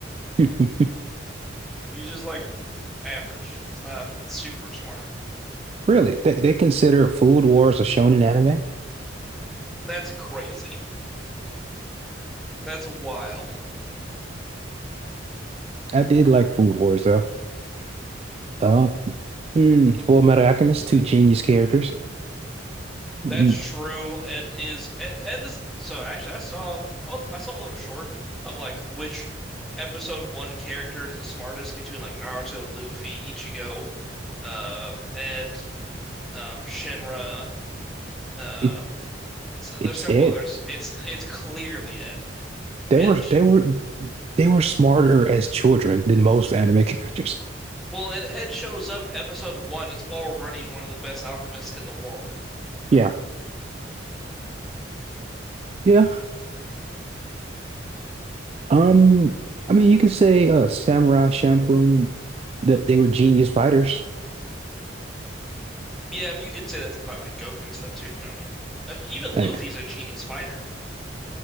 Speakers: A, on the right; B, in the centre.
A: <laughs>
B: <laughs> He's just like average. He's not super smart.
A: Really, they, they consider Food Wars a shonen anime?
B: That's crazy. That's wild.
A: I did like Food Wars though. Uh, hmm, Full Metal Alchemist, two genius characters. Mm,
B: That's true. Ed is Ed, Ed is so actually I saw I was I saw a little short of like which episode one character is the smartest between like Naruto, Luffy, Ichigo, uh Ed, um Shinra, uh
A: It,
B: so
A: it's
B: there's a couple
A: it.
B: others. It's it's clearly Ed.
A: They
B: Ed
A: were
B: sh-
A: they were they were smarter as children than most anime characters.
B: well and Ed shows up episode one is already one of the best alchemists in the world.
A: Yeah. Yeah. Um, I mean, you can say uh Samurai Champloo, they, they were genius fighters.
B: Yeah, but you could say that's about like Goku and stuff too, you know what I mean? Uh, even
A: Like,
B: Luffy's a genius fighter.